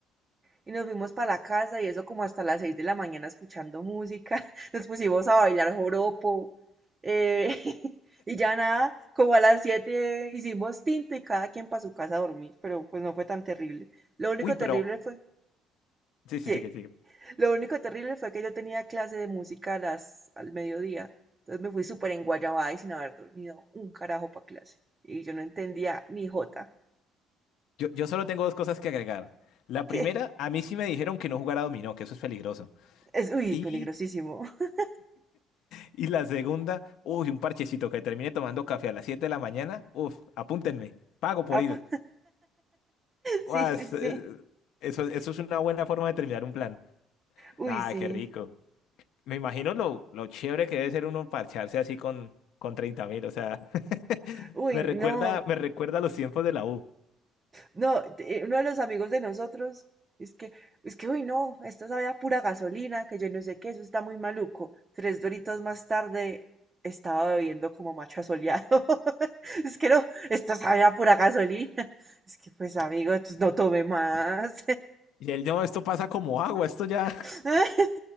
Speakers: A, on the right; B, on the left.
A: Y nos fuimos para la casa y eso como hasta las seis de la mañana escuchando música. <laughs> Nos pusimos a bailar joropo. eh, <laughs> y ya nada, como a las siete hicimos tinto y cada quien para su casa a dormir, pero pues no fue tan terrible. Lo único
B: Uy, pero...
A: terrible fue
B: Sí, sí,
A: que
B: sí, que sigue.
A: Lo único terrible fue que yo tenía clase de música a las, al mediodía. Entonces me fui súper enguayabada y sin haber dormido un carajo para clase. Y yo no entendía ni jota. <laughs>
B: Yo, yo solo tengo dos cosas que agregar. La
A: Que
B: primera, a mí sí me dijeron que no jugara dominó, que eso es peligroso.
A: es, uy,
B: Y,
A: peligrosísimo. <laughs>
B: y la segunda, uy, un parchecito que termine tomando café a las 7 de la mañana. Uf, apúntenme. Pago por
A: Ah,
B: ir.
A: pues,
B: Uas,
A: sí, sí, sí.
B: eh, eso, eso es una buena forma de terminar un plan.
A: Uy,
B: Ah,
A: sí.
B: qué rico. Me imagino lo, lo chévere que debe ser uno parcharse así con, con treinta mil, o sea, <laughs>
A: Uy,
B: me
A: no.
B: recuerda, me recuerda a los tiempos de la U.
A: No, eh, uno de los amigos de nosotros es que, es que, uy, no, esto sabe a pura gasolina, que yo no sé qué, eso está muy maluco. Tres doritos más tarde estaba bebiendo como macho asoleado. <laughs> Es que no, esto sabe a pura gasolina. Es que, pues, amigo, entonces no tome más.
B: Y él, no, esto pasa como agua, esto ya...
A: <laughs>